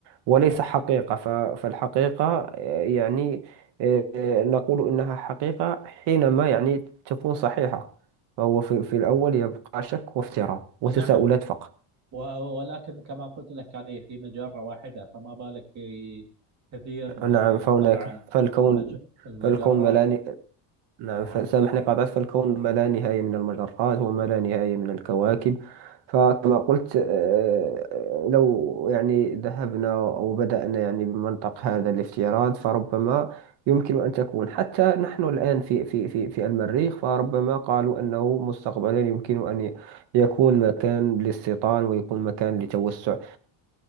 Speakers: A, on the right; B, on the right.
A: وليس
B: نعم
A: حقيقة ف- فالحقيقة آه، يعني آه، آه، نقول إنها حقيقة حينما يعني تكون صحيحة فهو في, في الأول يبقى شك وافتراء
B: نعم
A: وتساؤلات فقط
B: و- ولكن كما قلت لك هذه في مجرة واحدة فما بالك في كثير من يعني
A: نعم فهناك
B: طبعا
A: فالكون
B: المج... المجرات
A: فالكون ملاني نعم
B: نعم
A: فسامحني قاطعت فالكون ما لا نهاية من المجرات وما
B: آه.
A: لا نهاية من الكواكب فكما قلت آه، آه، لو يعني ذهبنا أو بدأنا يعني بمنطق هذا الافتراض فربما يمكن أن تكون حتى نحن الآن في في في في المريخ فربما قالوا أنه مستقبلا يمكن أن ي- يكون مكان للاستيطان ويكون مكان لتوسع